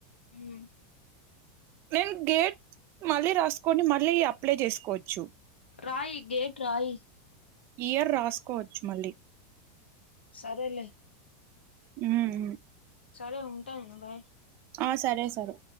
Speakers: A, on the left (about 85°); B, on the right (about 45°).
A: ఊ
B: నేను గేట్ మళ్ళీ రాసుకొని మళ్ళీ అప్లై చేసుకోవచ్చు
A: రాయి గేట్ రాయి
B: ఇయర్ రాసుకోవచ్చు మళ్ళీ
A: సరేలే
B: ఉ ఊ
A: సరే ఉంటాను భై
B: ఆ సరే సరే